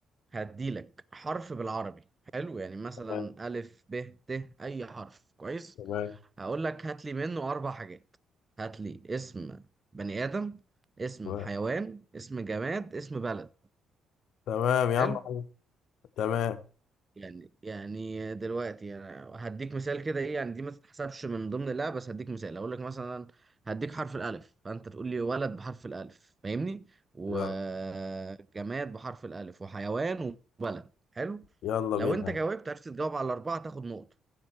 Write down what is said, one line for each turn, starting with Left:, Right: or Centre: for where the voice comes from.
Right: هديلك حرف بالعربي حلو يعني مثلا
Left: تمام
Right: ألف ب ت أي حرف كويس
Left: تمام
Right: هقول لك هات لي منه أربع حاجات هات لي اسم بني آدم اسم
Left: تمام
Right: حيوان اسم جماد اسم بلد
Left: تمام يا
Right: حلو
Left: عم حاج. تمام
Right: يعني يعني دلوقتي انا هديك مثال كده ايه يعني دي ما تتحسبش من ضمن لا بس هديك مثال اقول لك مثلا هديك حرف الالف فانت تقول لي ولد بحرف الالف فاهمني وجماد
Left: يلا
Right: بحرف الالف وحيوان وبلد حلو
Left: يلا
Right: لو
Left: بينا
Right: انت جاوبت عرفت تجاوب على الاربعه تاخد نقطه